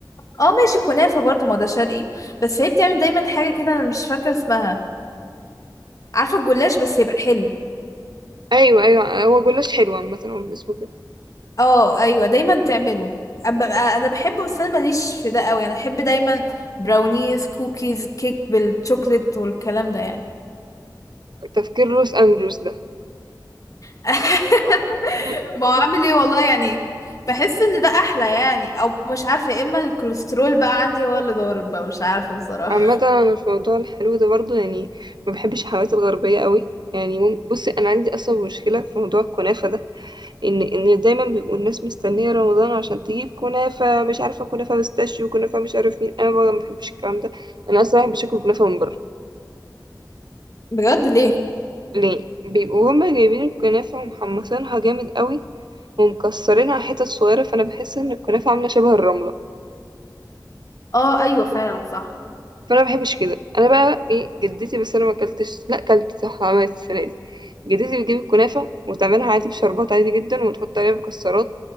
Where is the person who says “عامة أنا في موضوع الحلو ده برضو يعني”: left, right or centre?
Right